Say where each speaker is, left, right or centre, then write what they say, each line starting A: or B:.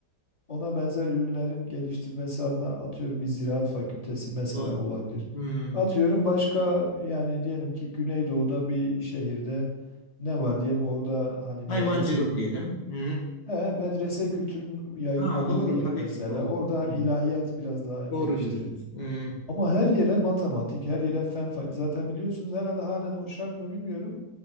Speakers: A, on the left; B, on the left.
A: ona benzer ürünlerin geliştirmesi adına atıyorum bir ziraat fakültesi mesela
B: Doğru.
A: olabilir.
B: Hmm,
A: Atıyorum başka yani diyelim ki Güneydoğu'da bir şehirde ne var diyelim orada hani medrese
B: hayvancılık
A: kü-
B: diyelim. Hmm.
A: he, medrese kültürün yaygın
B: Ha,
A: olduğu
B: doğru
A: bir yer
B: tabii
A: mesela.
B: ki doğru.
A: Orada hani
B: Hmm,
A: ilahiyat biraz daha geliştirir.
B: doğru diyorsunuz. Hmm.
A: Ama her yere matematik, her yere fen fa- zaten biliyorsunuz herhalde halen o şart mı bilmiyorum.